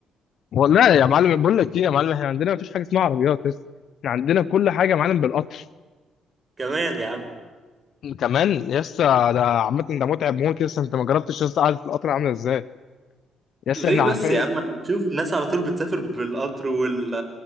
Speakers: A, on the left (about 65°); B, on the right (about 30°).
A: والله يا معلم بقول لك ايه يا معلم احنا عندنا مفيش حاجه اسمها عربيات بس احنا عندنا كل حاجه يا معلم بالقطر
B: <laughs> كمان يا عم
A: كمان يا اسطى ده عامه ده متعب موت يا اسطى انت ما جربتش يا اسطى قعده القطر عامله ازاي يا اسطى
B: ليه
A: احنا
B: بس
A: عارفين
B: يا عم انا بشوف الناس على طول بتسافر بالقطر وال